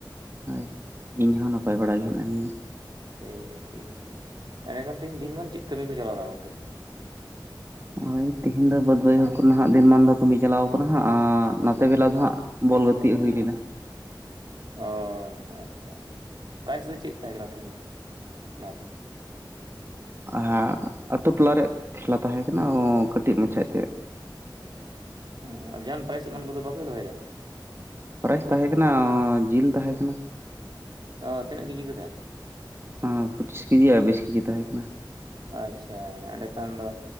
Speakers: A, on the right (about 30°); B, on the right (about 65°).
A: ᱦᱳᱭ ᱤᱧᱦᱚᱸ ᱱᱟᱯᱟᱭ ᱵᱟᱲᱟ ᱜᱮ ᱦᱮᱱᱟ ᱞᱤᱧᱟᱹ
B: ᱴᱷᱤᱠ ᱜᱮᱭᱟ ᱴᱷᱤᱠ ᱜᱮᱭᱟ ᱮᱸᱰᱮ ᱠᱷᱟᱱ ᱛᱤᱦᱤᱧ ᱫᱤᱱᱢᱟᱱ ᱪᱮᱫ ᱠᱟᱹᱢᱤ ᱯᱮ ᱪᱟᱞᱟᱣ ᱞᱮᱱᱟ ᱜᱚᱢᱠᱮ
A: ᱦᱳᱭ ᱛᱤᱦᱤᱧ ᱫᱚ ᱵᱟᱹᱫᱽ ᱵᱟᱹᱭᱦᱟᱹᱲ ᱠᱷᱚᱱ ᱦᱟᱜ ᱫᱤᱱᱢᱟᱱ ᱫᱚ ᱠᱟᱹᱢᱤ ᱪᱟᱞᱟᱣ ᱠᱟᱱᱟ ᱦᱟᱸᱜ ᱟᱨ ᱱᱚᱛᱮ ᱵᱮᱞᱟ ᱫᱚ ᱦᱟᱸᱜ ᱵᱚᱞ ᱜᱟᱹᱛᱤᱜ ᱦᱩᱭ ᱞᱮᱱᱟ
B: ᱚ ᱟᱪᱪᱷᱟ ᱯᱨᱟᱭᱤᱡᱽ ᱫᱚ ᱪᱮᱫ ᱛᱟᱦᱮᱸ ᱠᱟᱱᱟ ᱛᱤᱦᱤᱧ ᱫᱚ ᱚᱱᱟ ᱫᱚ
A: ᱦᱟᱸᱜ ᱟᱛᱳ ᱴᱚᱞᱟ ᱨᱮᱭᱟᱜ ᱠᱷᱮᱞᱟ ᱛᱟᱦᱮᱸ ᱠᱟᱱᱟ <unintelligible> ᱠᱟᱹᱴᱤᱡ ᱢᱟᱪᱷᱟ ᱮᱛᱮ <unintelligible>
B: ᱦᱚᱸ ᱟᱨ ᱡᱟᱦᱟᱱ ᱯᱨᱟᱭᱤᱡᱽ ᱮᱢᱟᱱ ᱠᱚᱫᱚ ᱵᱟᱯᱮ ᱫᱚᱦᱚᱭ ᱮᱫᱟ <inaudible>
A: ᱯᱨᱟᱭᱤᱡᱽ ᱛᱟᱦᱮᱸ ᱠᱟᱱᱟ <unintelligible> ᱡᱤᱞ ᱛᱟᱦᱮᱸ ᱠᱟᱱᱟ
B: ᱚ ᱛᱤᱱᱟᱹᱜ ᱠᱮᱡᱤ ᱠᱟᱛᱮ
A: <unintelligible> ᱯᱚᱸᱪᱤᱥ ᱠᱮᱡᱤ ᱟᱨ ᱵᱤᱥ ᱠᱮᱡᱤ ᱛᱟᱦᱮᱸ ᱠᱟᱱᱟ
B: ᱟᱪᱪᱷᱟ ᱮᱸᱰᱮᱠᱷᱟᱱ ᱫᱚ